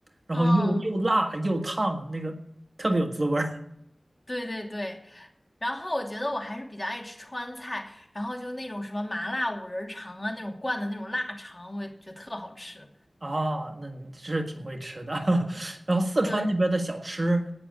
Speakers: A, on the right (about 40°); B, on the left (about 25°).
A: 然后又又辣又烫，
B: 嗯，
A: 那个特别有滋味儿
B: 对对对。然后我觉得我还是比较爱吃川菜，然后就那种什么麻辣五仁肠啊，那种灌的那种腊肠，我也觉得特好吃。
A: 啊。那你是挺会吃的。<laughs> 然后四川那边的小吃，
B: 对，